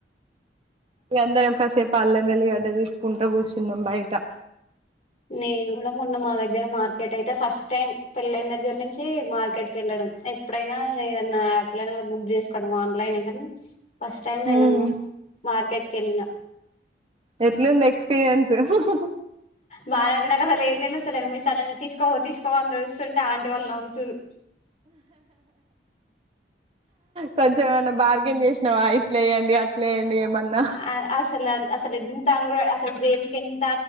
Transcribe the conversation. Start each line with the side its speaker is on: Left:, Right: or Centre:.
Right: ఇగ అందరం కాసేపు అల్లెం వెల్లిగడ్డ తీసుకుంటా కూర్చు న్నం బయిటా
Left: నేను కూడా మొన్న మా దగ్గర మార్కెట్ అయితే ఫస్ట్ టైం పెళ్లయిన దగ్గర నుంచి మార్కెట్ కి యెళ్ళడం ఎప్పుడైనా ఏదన్నా యాప్ లోనే బుక్ చేసుకోడం ఆన్లైనే కానీ ఫస్ట్ టైమ్ నేను
Right: ఉమ్
Left: మార్కెట్ ఖాళీనా
Right: ఎట్లుంది ఎక్స్పీరియన్స్ స స్ స
Left: బారన్నా కస లే సార్ని మీ సార్ తీసుకోవ తీసుకోవ అని అరుస్తుంటే ఆంటీ వాళ్ళునవ్వుతుర్రు
Right: కొంచం ఏమన్నా బార్గెన్ చేసినావాయి అట్లేయ్యండి అట్లేయ్యండి ఏమన్నా
Left: ఆ అసలు అసలు ఎంత తా దేనికి ఎంత